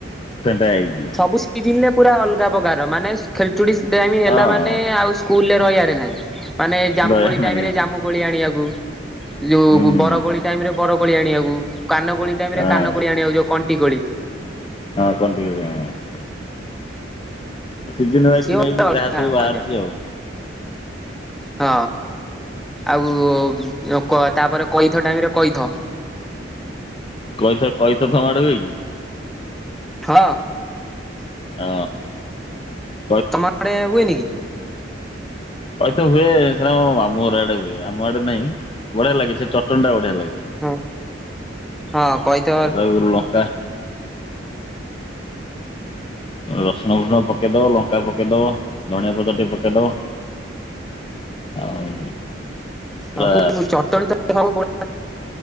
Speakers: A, on the left; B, in the centre.
A: ଫେଣ୍ଟା ହେଇ
B: ସବୁ ସିଜିନ୍ ରେ ପୁରା ଅଲଗା ପ୍ରକାର ମାନେ ଖେଳଚୁଡି ଟାଇମ୍ ହେଲା
A: ହଁ
B: ମାନେ ଆଉ ସ୍କୁଲରେ ରହିବାରେ ନାହିଁ ମାନେ ଜାମୁକୋଳି
A: ଦୟା
B: ଟାଇମ୍
A: ନାଇଁ ହଁ
B: ରେ ଜାମୁକୋଳି ଆଣିବାକୁ ଯୋଉ
A: ହୁଁ
B: ବରକୋଳି ଟାଇମ୍ ରେ ବରକୋଳି ଆଣିବାକୁ କାନକୋଳି ଟାଇମ
A: ହଁ
B: ରେ କାନକୋଳି ଆଣିବାକୁ ଯୋଉ କଣ୍ଟି କୋଳି
A: ହଁ କଣ୍ଟେଇ କୋଳି ଆମର ସିଜିନ୍ ବାଇଜି
B: ସିଏ
A: ନେଇକି
B: ଗୋଟେ
A: ଯାହା ସବୁ
B: ଅଲଗା
A: ବାହାରୁଛି
B: ମଜା
A: ଆଉ।
B: ହଁ ଆଉ କ ତାପରେ କଇଥ ଟାଇମ୍ ରେ କଇଥ
A: କଇଥ କଇଥ ତମ ଆଡ଼େ ହୁଏ କି?
B: ହଁ।
A: ଓ ହୋ
B: ତମ ଆଡେ ହୁଏନି କି?
A: କଇଥ ହୁଏ ସେନା ମାମୁ ଘର ଆଡେ ହୁଏ ଆମ ଆଡେ ନାହିଁ ବଢିଆ ଲାଗେ ସେ ଚଟଣୀଟା ବଢିଆ ଲାଗେ।
B: କି? ହଁ କଇଥ
A: କଇଥ <unintelligible> ଲଙ୍କା ରସୁଣ ଫୁଷୁଣ ପକେଇଦବ, ଲଙ୍କା ପକେଇଦବ, ଧଣିଆ ପତ୍ରଟିକେ ପକେଇଦବ, ଆଉ
B: ସବୁ
A: ପୁରା
B: ଚଟଣୀ ତ <unintelligible> ଭଲ